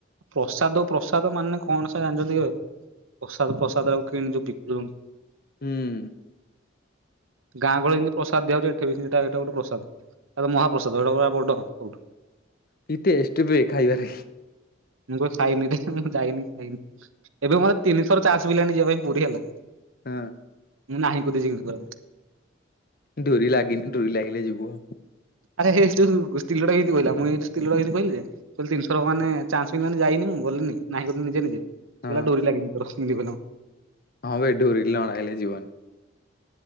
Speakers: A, on the right; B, on the left.
A: ପ୍ରସାଦ ପ୍ରସାଦ ମାନେ କଣ ସେ ଜାଣିଛନ୍ତି କି ଆଉ। ପ୍ରସାଦ ପ୍ରସାଦ ଆଉ କିଣି ଯୋଉ ବିକୁ ଛନ୍ତି।
B: ହୁଁ।
A: ଗାଁ ଗହଳି ରେ ଯେମିତି ପ୍ରସାଦ୍ ଦିଆହଉଛି ଏଠି ବି ସେମିତି ଏଟା ଗୋଟେ ପ୍ରସଦ୍। ଏଟା ମହାପ୍ରସଦ ଏଟା ପୁରା ବଡ ସେଉଠୁ।
B: କି ଟେଷ୍ଟ୍ ବେ ଖାଇବାରେ।
A: ମୁଁ କହିଲି ସାଇନି ରେ, ମୁଁ ଯାଇନି ଖାଇନି ଏବେ ମୋତେ ତିନିଥର ଚାଷ୍ ମିଳିଲାନି ଯିବା ପାଇଁ ପୁରୀ ହେଲା।
B: ଏଁ।
A: ନାହିଁ କରୁଛି ଗଲେ।
B: ଡୋରି ଲାଗିନି ଡୋରି ଲାଗିଲେ ଯିବୁ ଆଉ।
A: ଆରେ ହେ ଷ୍ଟୋ ଗୋ ସ୍ତ୍ରୀ ଲୋକ ଡ଼ା ଏମ୍ତି କଇଲା, ମୁଁ ଏ ସ୍ତ୍ରୀ ଲୋକଟା କୁ ଏମ୍ତି କହିବି? କୁଲ୍ ତିନ୍ଥର ମାନେ ଚାନ୍ସ୍ ମିଳି ଲାନି ଯାଇନି, ଗଲିନି ନାହିଁ କରଦେଲି ନିଜେ ନିଜେ। କଇଲା
B: ହଁ
A: ଡୋରି ଲାଗିନି ତୋର ଯିବୁନି।
B: ହଁ ବେ ଡୋରି ନ ଲାଗିଲେ ଜୀବନି।